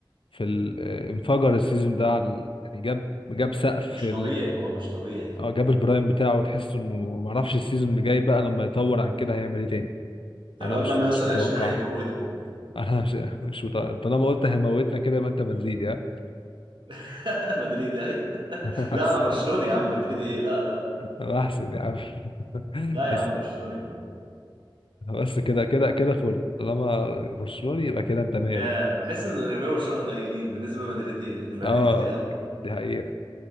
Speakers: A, on the left; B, on the right.
A: في ال... آه، انفجر السيزون ده على ال- يعني جاب جاب سقف
B: مش
A: ال...
B: طبيعي هو مش طبيعي
A: اه جاب البرايم بتاعه وتحس انه معرفش السيزون اللي جاي بقى لما يطور عن كده هيعمل ايه تاني
B: ده
A: انا
B: الواد
A: مش
B: ده لما
A: مش
B: يوصل
A: متوقعه
B: 20 هيموتنا
A: <laughs> انا مش مش متوقع. طالما قلت هيموتنا كده يبقى انت مدريد يا
B: <laughs> مدريدي اي
A: <laughs>
B: لا انا برشلوني يا عم مدريدي ايه لا لا لا
A: انا احسن يا عم <laughs>
B: لا يا
A: بس
B: عم برشلوني يا عم
A: بس كده كده كده فل طالما برشلوني يبقى كده انت مية
B: ياه
A: مية
B: بحس ان جماهير برشلونه قليلين بالنسبه لمدريد دي المدريد
A: اه
B: كتير قوي
A: دي حقيقة